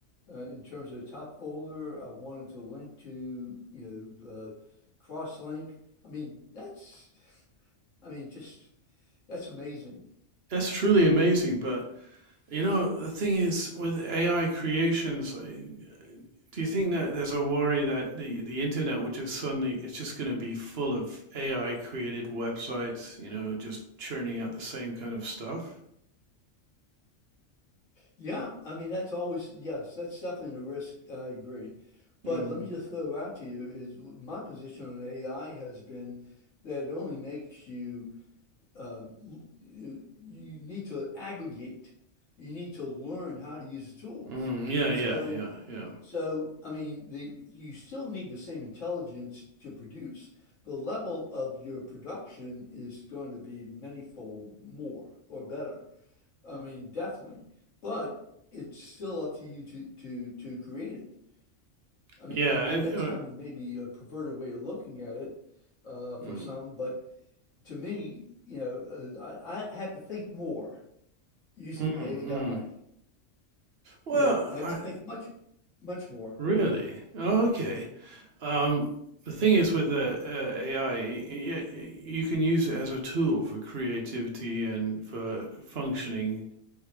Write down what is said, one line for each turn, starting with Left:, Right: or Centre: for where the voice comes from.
Left: uh, in terms of the top folder, I wanted to link to, you know, uh, cross-link. I mean, that's, I mean, just that's amazing.
Right: that's truly amazing. But, you know, the thing is with AI creations, I- do you think that there's a worry that the, the internet will just suddenly, it's just going to be full of AI created websites, you know, just churning out the same kind of stuff?
Left: Yeah, I mean, that's always, yes, that's definitely a risk. I agree. But
Right: Mm.
Left: let me just throw out to you is my position on AI has been that it only makes you, um, l- you, you need to aggregate. You need to learn how to use the tools.
Right: Mm, yeah,
Left: So,
Right: yeah, yeah, yeah,
Left: So, I mean, the you still need the same intelligence to produce. The level of your production is going to be manyfold more or better. I mean, definitely. But it's still up to you to to to create it. I mean,
Right: yeah.
Left: I,
Right: it-
Left: I, that's
Right: uh,
Left: kind of maybe a perverted way of looking at it uh, for
Right: mm,
Left: some, but to me, you know, uh, I, I have to think more using
Right: mm, mm.
Left: AI.
Right: Well,
Left: You know, I have
Right: I,
Left: to think much, much more
Right: really?
Left: for me.
Right: Oh, okay. Um, the thing is with uh, uh, AI, you can use it as a tool for creativity and for functioning